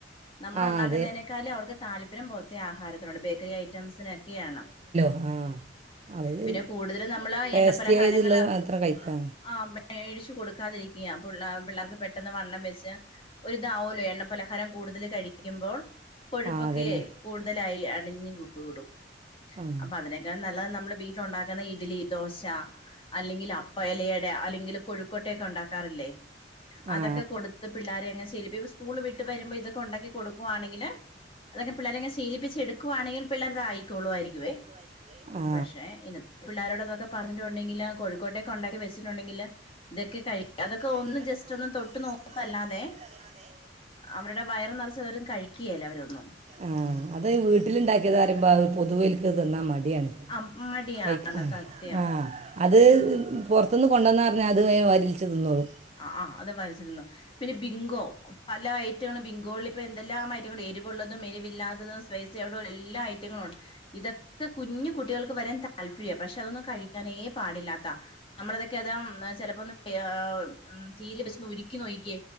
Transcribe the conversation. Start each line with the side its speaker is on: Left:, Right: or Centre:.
Left: നമ്മൾ
Right: ആ
Left: ഉണ്ടാക്കുന്നതിനേക്കാലും
Right: അതെ
Left: അവർക്ക് താല്പര്യം പുറത്തെ ആഹാരത്തിലുണ്ട് ബേക്കറി ഐറ്റംസിനൊക്കെയാണ്
Right: ആഹ അവര്
Left: പിന്നെ കൂടുതൽ നമ്മള്
Right: ടേസ്റ്റി
Left: എണ്ണപ്പലഹാരങ്ങള്
Right: ആയത്ള്ളത് മാത്രം കഴിക്കാ
Left: ആ മേടിച്ചു കൊടുക്കാതിരിക്ക പിള്ളെ പിള്ളേർക്ക് പെട്ടെന്ന് വണ്ണം വെച്ച് ഒരി ഇതാവുല്ല എണ്ണ പലഹാരം കൂടുതൽ കഴിക്കുമ്പോൾ കൊഴുപ്പൊക്കെ
Right: ആ അതന്നെ
Left: കൂടുതലായി അടിഞ്ഞ് കൂടും
Right: ആഹ
Left: അപ്പ അതിനൊക്കെൾ നല്ലത് നമ്മൾ വീട്ടില ഉണ്ടാക്കുന്ന ഇഡ്ലി ദോശ അല്ലെങ്കിൽ അപ്പ ഇലയടാ അല്ലെങ്കിൽ കോഴിക്കോട്ടൊക്കെ ഉണ്ടാക്കാറില്ലേ അതൊക്കെ
Right: ആ ആ
Left: കൊടുത്ത് പിള്ളേരെങ് ഇനിപ്പ സ്കൂള് വിട്ട് വരുമ്പോ ഇതൊക്കെ ഉണ്ടാക്കി കൊടുക്കുവാണെങ്കിൽ അതൊക്കെ പിള്ളരെെയങ്ങെ ശലിപ്പിച്ച എടുക്കുയാണെങ്കിൽ പിള്ളേരെത് ആായിക്കോളു ആരിക്കുവേ
Right: വായിക്കുവെ ആ
Left: പക്ഷെ ഇന്നത്തെ പിള്ളാരരോട് ഇതൊക്കെ പറഞ്ഞിട്ടുണ്ടെങ്കിൽ കോഴിക്കോട്ടേക്കെ ഉണ്ടാക്കി വെച്ചിട്ടുണ്ടെങ്കില് ഇതൊക്കെ കഴി
Right: ഇതൊക്കെ
Left: അതൊക്കെ
Right: കഴി
Left: ഒന്ന്
Right: അതൊക്കെ
Left: ജസ്റ്റ്
Right: ഒന്ന്
Left: തൊട്ട്
Right: ജസ്റ്റ്
Left: നോക്കല്ലാതെ
Right: ഒന്നും തൊട്ട് നോക്കല്ലാതെ
Left: അവരുടെ വയർ നിറ ചിലരും കഴിക്കുകല്ല അവരൊന്നും
Right: ആ അത് വീട്ടിലുണ്ടാക്കിയത് പറയുമ്പോ പൊതുവേൽക്ക് തന്നാൽ മടിയാണ്
Left: അ മടിയാണ്
Right: കഴിക്ക ആഹ
Left: സത്യം
Right: ആഹ അത്
Left: ആഹ്
Right: പോറത്തുന്ന് കൊണ്ടുന്ന പറഞ്ഞാൽ അത് വേ വരിരോച്ച് തിന്നോളും
Left: ആ ആ അത് വായിച്ചിന്നു പിന്നെ ബിങ്കോ പല ഐറ്റങ്ങളും ബിങ്കോകളളിൽ ഇപ്പോൾ എന്തെല്ലാ റ്റങ്ങളും എരിവുള്ളതും എരിവില്ലാത്തതും സ്പൈസ അവിട എല്ലാ ഐറ്റങ്ങളും ഇതൊക്കെ കുഞ്ഞു കുട്ടികൾക്ക് വരാൻ താല്പര്യമാണ് പക്ഷെ അതൊന്ന് കഴിക്ക ക്കാനെ പാടില്ലാത്ത നമ്മളതൊക്കെ അതാ ചിലപ്പോന്നും <unintelligible> ഉ തീയില് വെച്ചന്ന് ഉരുക്കി നോയിക്കേ